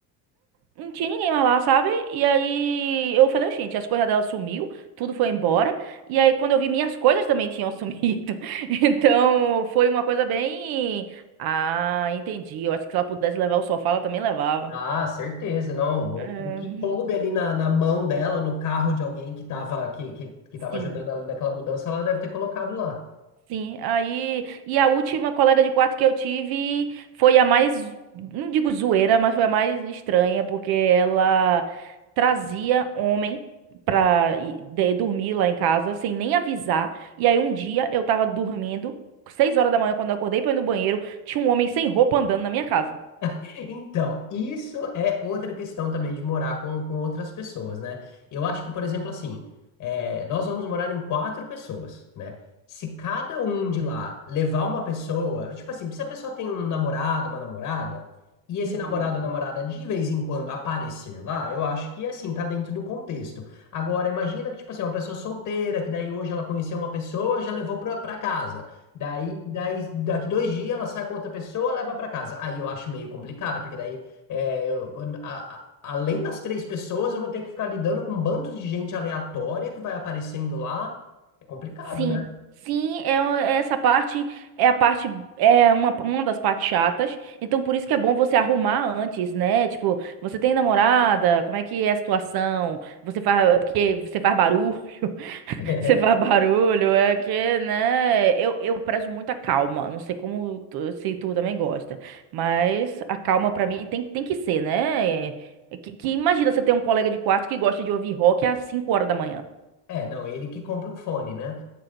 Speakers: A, on the right; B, on the left.
A: não tinha ninguém mais lá, sabe? E aí eu falei, gente, as coisas dela sumiu, tudo foi embora. E aí quando eu vi, minhas coisas também tinham <laughs> sumido. Então foi uma coisa bem. Ah, entendi. Eu acho que se ela pudesse levar o sofá, ela também levava.
B: Ah, certeza, não. O,
A: Ahn,
B: o que coube ali na, na mão dela, no carro de alguém que estava que, que, que tava
A: sim.
B: ajudando ela naquela mudança, ela deve ter colocado lá.
A: Sim, aí. E a última colega de quarto que eu tive foi a mais. Não digo zoeira, mas foi a mais estranha, porque ela trazia homem pra ir- de- dormir lá em casa, sem nem avisar. E aí um dia eu tava dormindo, seis horas da manhã, quando eu acordei pra ir no banheiro, tinha um homem sem roupa andando na minha casa.
B: Então, isso é outra questão também de morar com, com outras pessoas, né? Eu acho que, por exemplo, assim, é, nós vamos morar em quatro pessoas, né? Se cada um de lá levar uma pessoa, tipo assim, se a pessoa tem um namorado, uma namorada, e esse
A: Uhum.
B: namorado ou namorada de vez em quando aparecer lá, eu acho que, assim, tá dentro do contexto. Agora, imagina que, tipo assim, uma pessoa solteira, que daí hoje ela conheceu uma pessoa, já levou pra, pra casa. Daí, daí, daqui dois dias ela sai com outra pessoa, leva pra casa. Aí eu acho meio complicado, porque daí, é, eu- a- a- além das três pessoas, eu vou ter que ficar lidando com um bando de gente aleatória que vai aparecendo lá. É complicado,
A: Sim,
B: né?
A: sim, é, um- é essa parte é a parte é uma, uma das partes chatas. Então por isso que é bom você arrumar antes, né? Tipo, você tem namorada, como é que é a situação? Você faz é porque você faz barulho, <laughs>
B: <laughs>
A: você faz barulho, é que, né? Eu, eu prezo muito a calma. Não sei como tu- se tu também gosta, mas a calma pra mim tem, tem que ser, né? É é Que, que imagina você ter um colega de quarto que gosta de ouvir rock às 5 horas da manhã.
B: É, não, ele que compra um fone, né?